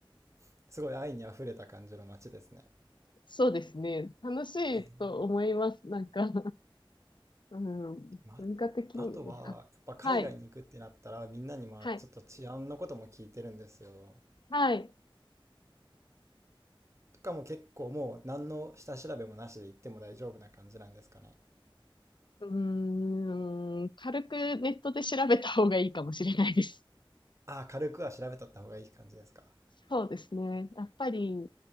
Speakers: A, on the right; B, on the left.
A: ーすごい愛にあふれた感じの街ですね。
B: そうですね。楽しいと思います。
A: え
B: なんか、うん、
A: ーま、
B: 文化的にもね、
A: あとは、
B: あ、
A: やっぱ海外に行くってなったら、
B: はい、
A: みんなにまあちょっと治安のことも聞いてるんですよ。
B: はい、はい。
A: とかも結構もう何の下調べもなしで行っても大丈夫な感じなんですかね。
B: うーん、軽くネットで調べた方がいいかもしれないです。
A: ああ、軽くは調べとった方がいい感じですか。
B: そうですね。やっぱり、